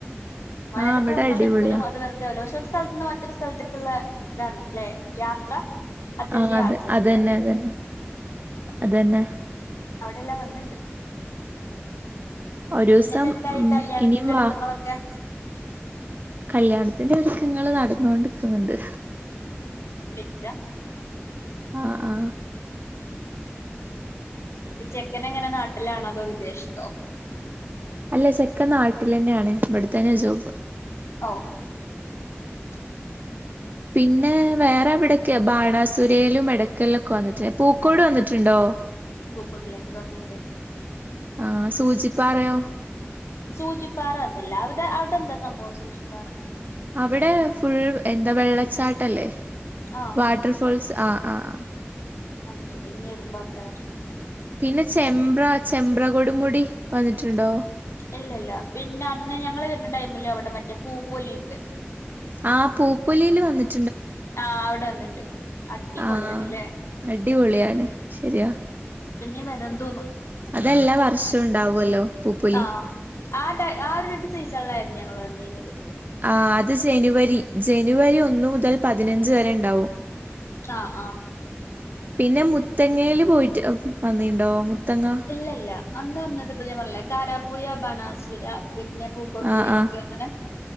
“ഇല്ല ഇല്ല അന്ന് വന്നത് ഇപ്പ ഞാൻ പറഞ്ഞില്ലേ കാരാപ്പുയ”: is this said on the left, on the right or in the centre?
Left